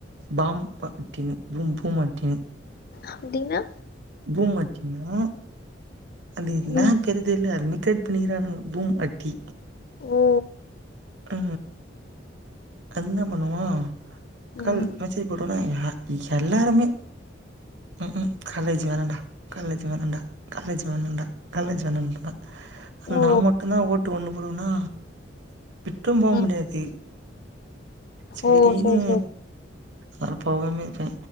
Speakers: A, on the right; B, on the left.
A: பாம் பாட்டின்னு பூம் பூம்மட்டினு
B: அப்டினா
A: பூமட்டினா அந்த என்னா
B: ம்.
A: தெரிதிலு அர்மிக்க பண்ணிக்கிறானு பூம் அட்டி
B: ஓ!
A: அ அந்த பண்ணுவா
B: ம்.
A: கல் மெசேஜ் போடோனா எல்லாருமே ம் ம் காலேஜ் வேணான்டா காலேஜ் வேணாண்டா காலேஜ் வேணாண்டா காலேஜ் வேணாண்டா
B: ஓ!
A: நா மட்டுதா ஓட்டு ஒண்ணு போடுவன்னா விட்டும் போ
B: ம்.
A: முடியாது செரியின்
B: ஓ! சரி, சரி.
A: நா போகாமே இருப்பே